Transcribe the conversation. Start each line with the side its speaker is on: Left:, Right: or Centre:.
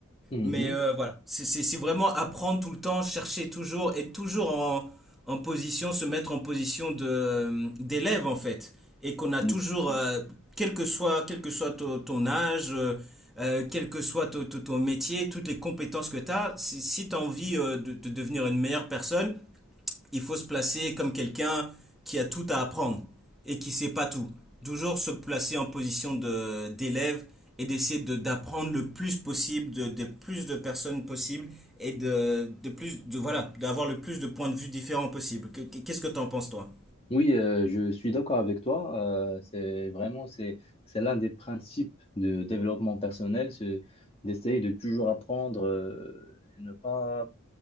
Left: Mhm.
Centre: Mais euh, voilà, c'est c'est- c'est vraiment apprendre tout le temps, chercher toujours, être toujours en, en position, se mettre en position de d'élève en fait. Et qu'on a
Left: Mm.
Centre: toujours, euh, quel que soit, quel que soit ton, ton âge, euh, euh, quel que soit ton, ton- ton métier, toutes les compétences que tu as, si, tu as envie euh, de, de devenir une meilleure personne, il faut se placer comme quelqu'un qui a tout à apprendre et qui ne sait pas tout. Toujours se placer en position de- d'élève et d'essayer de- d'apprendre le plus possible de, de plus de personnes possibles et de, de plus de voilà d'avoir le plus de points de vue différents possible. Que- que- Qu'est-ce que tu en penses toi?
Left: Oui, euh, je suis d'accord avec toi. Euh, c'est vraiment, c'est, c'est l'un des principes de développement personnel, c'est d'essayer de toujours apprendre, euh, et ne pas